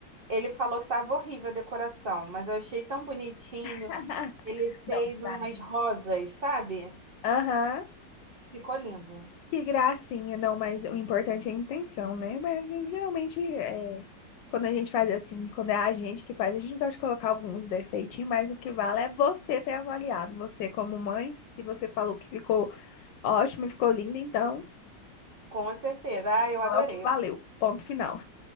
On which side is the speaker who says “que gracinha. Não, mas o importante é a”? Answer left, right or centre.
Left